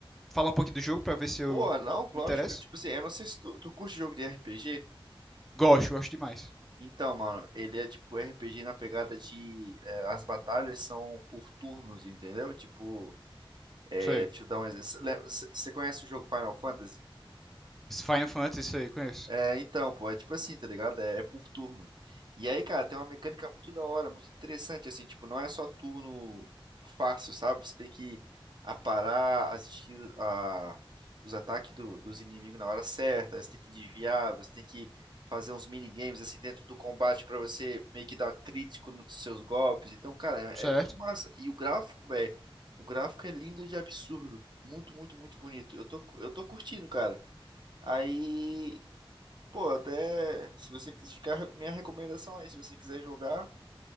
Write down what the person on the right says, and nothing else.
Pô, não, lógico.
Tipo assim, eu não sei se tu, tu curte jogo de RPG.
Então, mano, ele é tipo RPG na pegada de. é, as batalhas são por turnos, entendeu? Tipo, é,
deixa eu dar um exemplo. Você conhece o jogo Final Fantasy?
É, então, pô, é tipo assim, tá ligado? É, é por turno. E aí, cara, tem uma mecânica muito da hora, muito interessante, assim, tipo, não é só turno fácil, sabe? Você tem que aparar as skills, a- os ataques do- dos inimigos na hora certa, você tem que desviar, você tem que fazer uns minigames, assim, dentro do combate pra você meio que dar crítico nos seus golpes. Então, cara, é,
é muito massa. E o gráfico, velho, o gráfico é lindo de absurdo. Muito, muito, muito bonito. Eu tô, cu- eu tô curtindo, cara. Aí Pô, até se você quis ficar, minha recomendação aí, se você quiser jogar,